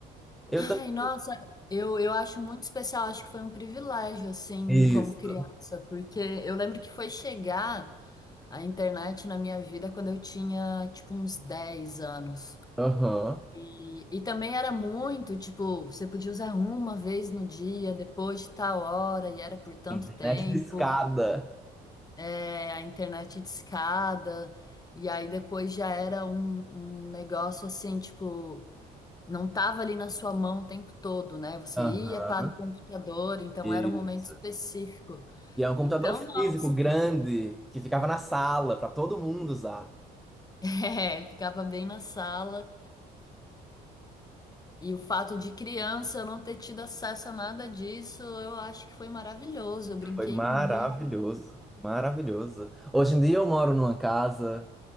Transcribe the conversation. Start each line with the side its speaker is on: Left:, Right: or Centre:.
Centre: Eu
Left: Ai,
Centre: também.
Left: nossa, eu, eu acho muito especial, acho que foi um privilégio, assim,
Centre: Isso.
Left: como criança, porque eu lembro que foi chegar a internet na minha vida quando eu tinha, tipo, uns 10 anos.
Centre: Aham.
Left: E, e também era muito, tipo, você podia usar uma vez no dia, depois de tal hora, e era por tanto
Centre: Internet
Left: tempo.
Centre: de escada.
Left: É, a internet discada, e aí depois já era um, um negócio assim, tipo, não tava ali na sua mão o tempo todo, né? Você
Centre: Aham.
Left: ia para o computador, então
Centre: Isso.
Left: era um momento específico.
Centre: E é um computador
Left: Então,
Centre: físico
Left: nossa,
Centre: grande que ficava na sala para todo mundo usar.
Left: <laughs> é, ficava bem na sala. E o fato de criança eu não ter tido acesso a nada disso, eu acho que foi maravilhoso. Eu brinquei
Centre: Foi maravilhoso,
Left: muito.
Centre: maravilhoso. Hoje em dia eu moro numa casa,